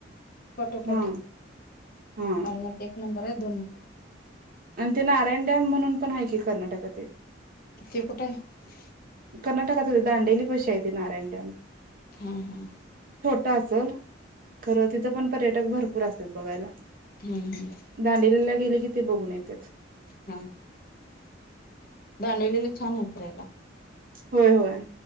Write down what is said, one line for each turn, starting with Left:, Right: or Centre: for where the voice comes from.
Left: फटोपटे
Right: हा
Left: -
Right: हा
Left: अलमट्टी एक नंबर आहे दोन नंबर हे!
Right: आणि ते नारायण डॅम म्हणून पण आहे कर्नाटकातील -
Left: ते कुठाय -
Right: कर्नाटकात दांडेली पशी आहे ते नारायण डॅम -
Left: हम्म -हम्म
Right: ठा असल खरं तिथं पण पर्यटक भरपूर - पुर असत्यात बघायला
Left: हम्म
Right: दांडिला गेले की ते बघून येतेत.
Left: हाऽऽ दांडवलीला छान आहे फिरायलाऽऽ
Right: होय होय.